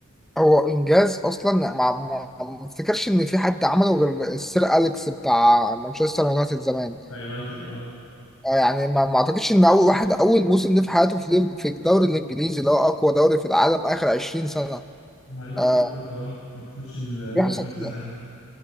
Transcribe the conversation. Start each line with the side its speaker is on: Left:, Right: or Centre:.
Centre: هو انجاز اصلا ما ما ما افتكرش ان في حد عمله غير السير اليكس بتاع مانشستر يونايتد زمان
Left: مع يونايتد اه
Centre: آه، يعني ما ما اعتقدش ان اول واحد اول موسم ليه في حياته في ليف- في الدوري الانجليزي اللي هو اقوى دوري في العالم اخر 20 سنه
Left: مع ليفربول
Centre: آه،
Left: برضه اه فما بتاخدش الدوري
Centre: بيحصل
Left: كل
Centre: كده
Left: سنه يعني